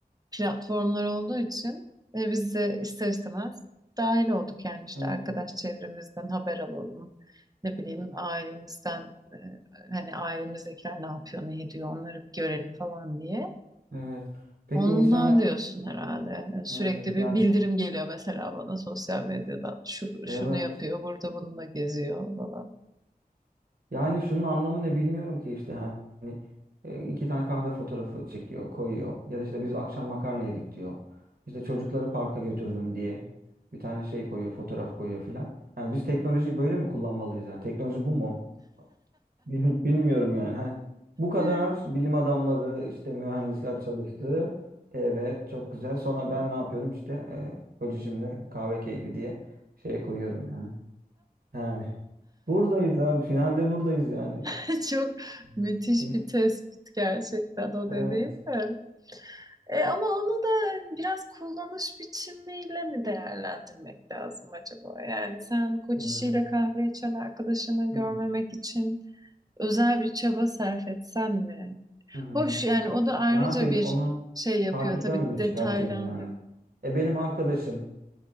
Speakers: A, on the right; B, on the right.
A: platformlar olduğu için e, biz de ister istemez dahil olduk yani işte
B: Evet.
A: arkadaş çevremizden haber alalım. Ne bileyim ailemizden e, hani ailemizdekiler ne yapıyor ne ediyor onları bir görelim falan diye.
B: Evet. Peki
A: Ondan
B: insan yani
A: diyorsun herhalde. Yani Sürekli
B: evet
A: bir
B: yani
A: bildirim geliyor mesela bana sosyal medyadan. Şu,
B: evet.
A: şunu yapıyor, burada bununla geziyor falan.
B: Yani şunun anlamı ne bilmiyorum ki işte hani e, iki tane kahve fotoğrafı çekiyor, koyuyor. Ya da işte biz akşam makarna yedik diyor. İşte çocukları parka götürdüm diye bir tane şey koyuyor, fotoğraf koyuyor filan. Yani biz teknolojiyi böyle mi kullanmalıyız yani? Teknoloji bu mu? Bil- Bilmiyorum yani. Hani bu kadar
A: Hı.
B: bilim adamları, işte mühendisler çalıştı. Evet, çok güzel. Sonra ben ne yapıyorum işte e, kocacığımla kahve keyfi diye şey koyuyorum yani. Yani buradayız abi. Finalde buradayız yani.
A: <laughs> Çok
B: Hmm.
A: müthiş
B: Biz
A: bir tespit gerçekten o
B: evet
A: dediğin de. E, ama onu da biraz kullanış biçimiyle mi değerlendirmek lazım acaba? Yani sen kocasıyla
B: yani.
A: kahve içen arkadaşını
B: Hı
A: görmemek için özel bir çaba sarf etsen mi?
B: hı. hı.
A: Hoş yani o da ayrıca
B: Ne yapayım
A: bir
B: onu
A: şey yapıyor
B: takipten
A: tabii
B: mi
A: detaylandırıyor.
B: çıkartayım yani? E benim arkadaşım